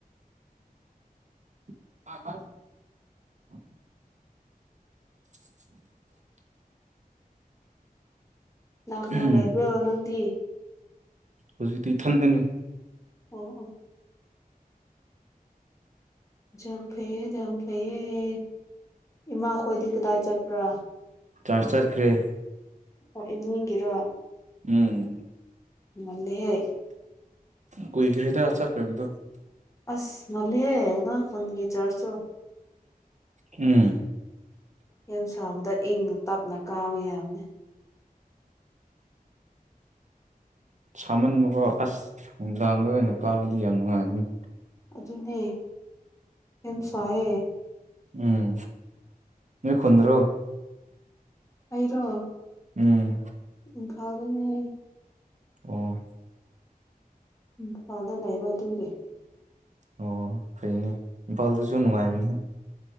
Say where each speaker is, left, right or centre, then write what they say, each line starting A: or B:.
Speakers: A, on the right; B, on the left.
A: <unintelligible> <unintelligible>
B: ꯀꯅꯥ ꯀꯅꯥ
A: ꯎꯝ
B: ꯂꯩꯕꯔꯣ ꯅꯪꯗꯤ
A: ꯍꯧꯖꯤꯛꯇꯤ ꯏꯊꯟꯗꯅꯤ
B: ꯑꯣꯑꯣ ꯖꯥꯝ ꯐꯩꯌꯦ ꯌꯥꯝ ꯐꯩꯌꯦ ꯏꯃꯥ ꯈꯣꯏꯗꯤ ꯀꯗꯥꯏ ꯆꯠꯄ꯭ꯔꯥ
A: ꯆꯔꯁ ꯆꯠꯈ꯭ꯔꯦ
B: ꯑꯣ ꯏꯚꯤꯅꯤꯡꯒꯤꯔꯣ
A: ꯎꯝ
B: ꯉꯜꯂꯦꯍꯦ
A: ꯀꯨꯏꯗꯔꯤꯗ ꯆꯠꯈ꯭ꯔꯕꯗꯣ
B: ꯑꯁ ꯉꯂꯤꯍꯦ ꯅꯣꯏ ꯈꯨꯨꯟꯒꯤ ꯆꯔꯁꯇꯨ
A: ꯎꯝ
B: ꯌꯥꯝ ꯁꯥꯕꯨꯗꯤ ꯏꯪꯅ ꯇꯞꯅ ꯀꯥꯕ ꯌꯥꯕꯅꯤ
A: ꯁꯥꯃꯟꯕꯀꯣ ꯑꯁ ꯅꯨꯡꯗꯥꯡꯗ ꯑꯣꯏꯅ ꯀꯥꯔꯗꯤ ꯌꯥꯝ ꯅꯨꯡꯉꯥꯏꯒꯅꯤ
B: ꯑꯗꯨꯅꯦ ꯌꯥꯝ ꯁꯥꯌꯦ
A: ꯎꯝ ꯅꯣꯏ ꯈꯨꯟꯗ꯭ꯔꯣ
B: ꯑꯩꯔꯣ
A: ꯎꯝ
B: ꯏꯝꯐꯥꯜꯗꯅꯦ
A: ꯑꯣ
B: ꯏꯝꯐꯥꯜꯗ ꯂꯩꯕ ꯑꯗꯨꯒꯤ
A: ꯑꯣ ꯐꯩꯅꯦ ꯏꯝꯐꯥꯜꯗꯁꯨ ꯅꯨꯡꯉꯥꯏꯕꯅꯤꯍꯦ